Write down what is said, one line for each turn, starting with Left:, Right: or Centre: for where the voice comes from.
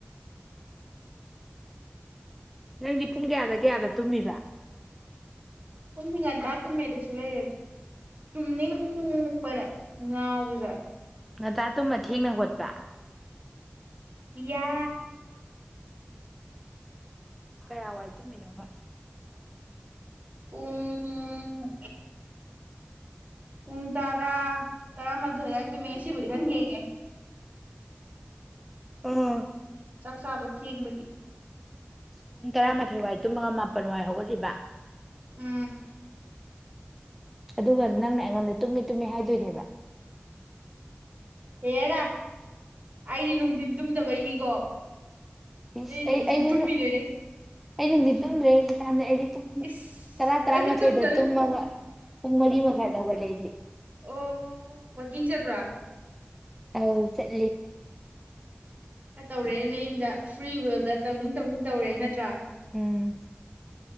Centre: ꯅꯪꯗꯤ ꯄꯨꯡ ꯀꯌꯥꯗ ꯀꯌꯥꯗꯦ ꯇꯨꯝꯃꯕ
Right: ꯄꯨꯝꯃꯤ ꯉꯟꯇꯥ ꯇꯨꯝꯃꯦ ꯑꯗꯨꯁꯨ ꯂꯩꯔꯗꯤ ꯆꯨꯝꯅꯤꯡꯕꯅ ꯉꯥꯎꯕꯖꯥꯠ
Centre: ꯉꯇꯥ ꯇꯨꯝꯕ ꯊꯦꯡꯅ ꯈꯣꯠꯄ
Right: ꯌꯥ
Centre: ꯀꯌꯥ ꯋꯥꯏ ꯇꯨꯝꯃꯤꯅꯣꯕ
Right: ꯎꯝ ꯄꯨꯡ ꯇꯔꯥ ꯇꯔꯥꯃꯥꯊꯣꯏ ꯑꯗꯨꯋꯥꯏ ꯑꯗꯨꯃꯤ ꯉꯁꯤꯕꯨꯗꯤ ꯈꯔ ꯊꯦꯡꯉꯦ
Centre: ꯑꯝ
Right: ꯆꯥꯛ ꯆꯥꯕ ꯊꯦꯡꯕꯒꯤ
Centre: ꯄꯨꯡ ꯇꯔꯥꯃꯥꯊꯣꯏ ꯋꯥꯏ ꯇꯨꯝꯃꯉꯒꯥ ꯃꯥꯄꯜ ꯋꯥꯏ ꯍꯧꯒꯠꯂꯤꯕ
Right: ꯎꯝ
Centre: ꯑꯗꯨꯒ ꯅꯪꯅ ꯑꯩꯉꯣꯟꯗ ꯇꯨꯝꯃꯤ ꯇꯨꯝꯃꯤ ꯍꯥꯏꯗꯣꯏꯅꯦꯕ
Right: ꯍꯦꯔ ꯑꯩꯗꯤ ꯅꯨꯡꯊꯤꯤꯟ ꯇꯨꯝꯗꯕꯩꯅꯤꯀꯣ
Centre: ꯏꯁ
Right: ꯑꯗꯩ ꯅꯨꯡꯊꯤꯟ
Centre: ꯑꯩ ꯑꯩꯅ
Right: ꯇꯨꯝꯃꯤꯗꯣꯏꯅꯦ
Centre: ꯑꯩ ꯅꯨꯡꯗꯤ ꯇꯨꯝꯗ꯭ꯔꯦ ꯍꯧꯖꯤꯛꯀꯥꯟꯗ ꯑꯩꯗꯤ ꯄꯨꯡ
Right: ꯏꯁ
Centre: ꯇꯔꯥ ꯇꯔꯥꯃꯥꯊꯣꯏꯗ
Right: ꯇꯨꯝꯗꯕ
Centre: ꯇꯨꯝꯃꯕ ꯄꯨꯡ ꯃꯔꯤ ꯃꯈꯥ ꯇꯕ ꯂꯩꯗꯤ
Right: ꯑꯣ ꯋꯥꯀꯤꯡ ꯆꯦꯠꯄ꯭ꯔꯥ
Centre: ꯑ ꯆꯠ
Right: ꯀ ꯇꯧꯔꯦ ꯅ ꯌꯨꯝꯗ ꯐ꯭ꯔꯤ ꯋꯦꯜꯗ ꯇꯧꯅꯤꯡ ꯇꯧꯅꯤꯡ ꯇꯧꯔꯦ ꯅꯠꯇ꯭ꯔꯥ
Centre: ꯎꯝ